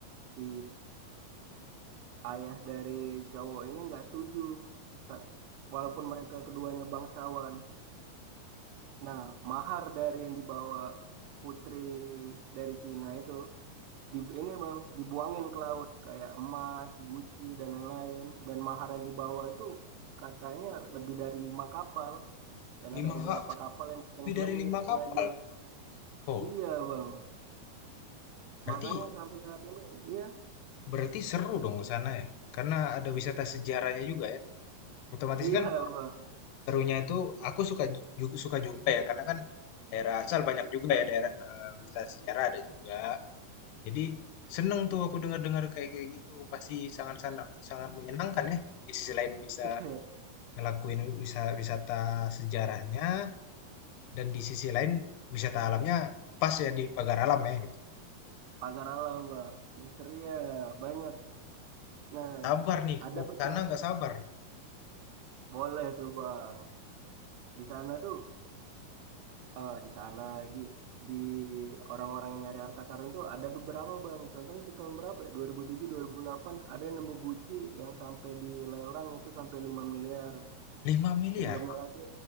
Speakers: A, on the right (about 85°); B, on the left (about 80°).
A: si ayah dari cowok ini nggak setuju. Sa- Walaupun mereka keduanya bangsawan, Nah, mahar dari yang dibawa putri dari Cina itu di ini Bang, dibuangin ke laut kayak emas, guci dan lain-lain dan mahar yang dibawa itu katanya lebih dari lima kapal dan
B: 5
A: ada beberapa
B: ka
A: kapal yang tenggelamin
B: lebih dari lima
A: sengaja.
B: kapal? Oh,
A: Iya, Bang.
B: berarti
A: Makanya sampai saat ini iya,
B: berarti seru dong ke sana ya? Karena ada wisata sejarahnya juga ya? Otomatis
A: iya,
B: kan
A: Bang.
B: serunya itu aku suka ju suka juga ya, karena kan daerah asal banyak juga ya daerah, eee, wisata sejarah ada juga. Jadi seneng tuh aku dengar-dengar kayak kayak gitu. Pasti sangat-sangat sangat menyenangkan ya. Di sisi lain bisa
A: <laughs>
B: ngelakuin wisa- wisata sejarahnya dan di sisi lain wisata alamnya pas ya di pagar alam ya gitu.
A: pagar alam, Bang. Misteri ya banyak. Nah,
B: Gak sabar nih
A: ada
B: mau ke
A: beberapa
B: sana gak sabar.
A: boleh tuh, Bang. Di sana tuh eh di sana lagi di orang-orang yang nyari harta karun tuh ada beberapa bang. Contohnya di tahun berapa ya? dua ribu tujuh, 2008 ada yang nemu Gucci yang sampai dilelang itu sampai 5 miliar.
B: 5 miliar.
A: Sebelumnya lagi